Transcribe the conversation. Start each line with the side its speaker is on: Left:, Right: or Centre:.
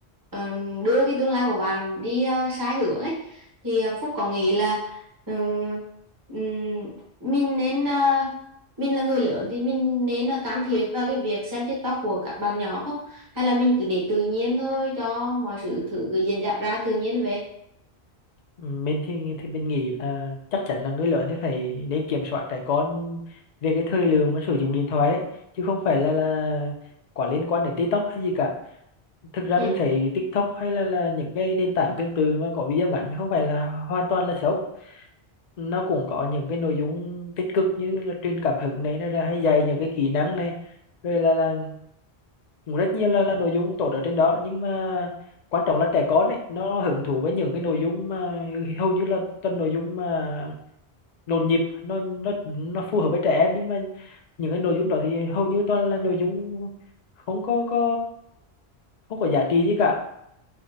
Right: ừm, đưa cái tương lai của bạn đi ờ, sai hướng ấy thì ờ, Phúc có nghĩ là ừm, ừm, mình nên ờ, mình là người lớn thì mình nên là can thiệp vào cái việc xem TikTok của các bạn nhỏ không hay là mình cứ để tự nhiên thôi cho mọi sự thử cứ diễn ra ra tự nhiên vậy
Left: Ừ, mình thì thì mình nghĩ là chắc chắn là người lớn thì phải nên kiểm soát trẻ con về cái thời lượng mà sử dụng điện thoại đấy chứ không phải là là quá liên quan đến TikTok hay gì cả thực ra
Right: ừ.
Left: mình thấy TikTok hay là là những cái nền tảng tương tự mà có video ngắn thì không phải là hoàn toàn là xấu nó cũng có những cái nội dung tích cực như là truyền cảm hứng này nó là hay dạy những cái kỹ năng này rồi là là cũng rất nhiều là, là nội dung tốt ở trên đó nhưng mà quan trọng là trẻ con ấy nó hứng thú với những cái nội dung mà hầu như là toàn nội dung mà nhộn nhịp nó nó nó phù hợp với trẻ em nhưng mà những cái nội dung đó thì hầu như toàn là nội dung không có có không có giá trị gì cả